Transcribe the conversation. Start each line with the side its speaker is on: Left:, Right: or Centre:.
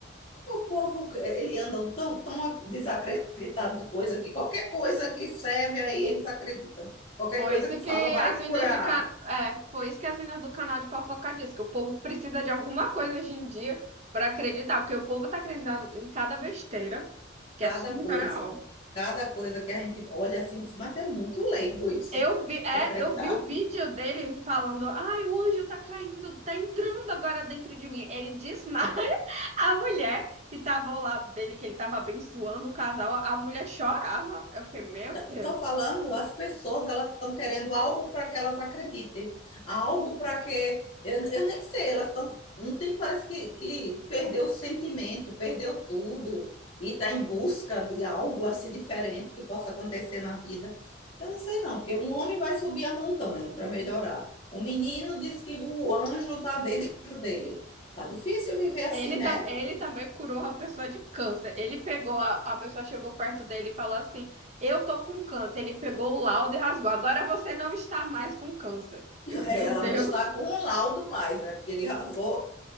Left: O povo, eh, ele anda tão, tão desacreditado de coisa que qualquer coisa que serve aí eles acreditam. Qualquer
Right: Foi
Left: coisa
Right: isso
Left: que
Right: que
Left: fala vai
Right: as minas
Left: curar.
Right: de ca... é, foi isso que as minas do canal de fofoca disse, que o povo precisa de alguma coisa hoje em dia para acreditar, porque o povo tá acreditando em cada besteira, que
Left: Cada
Right: é surreal.
Left: coisa, cada coisa que a gente olha assim, diz, mas é muito leigo isso,
Right: Eu vi, é,
Left: se acreditar.
Right: eu vi o vídeo dele falando, ai, o anjo tá caindo, tá entrando agora dentro de mim. Ele desmaia <laughs> a mulher que tava ao lado dele, que ele tava abençoando o casal, a mulher chorava. Eu fiquei, meu
Left: Estou
Right: Deus.
Left: falando, as pessoas elas estão querendo algo para que elas acreditem, algo para que eu, eu nem sei, elas estão não tem parece que, que perdeu o sentimento, perdeu tudo e está em busca de algo assim diferente que possa acontecer na vida. Eu não sei não, porque um homem vai subir a montanha para melhorar. O menino diz que o anjo está dentro dele. Tá difícil viver assim,
Right: Ele,
Left: né?
Right: tam- ele
Left: <laughs>
Right: também curou uma pessoa de câncer. Ele pegou, a, a pessoa chegou perto dele e falou assim: Eu tô com câncer. Ele pegou o laudo e rasgou. Agora você não está mais com câncer. Eu, meu
Left: É, ela
Right: Deus,
Left: não está com um laudo mais, né? Porque ele rasgou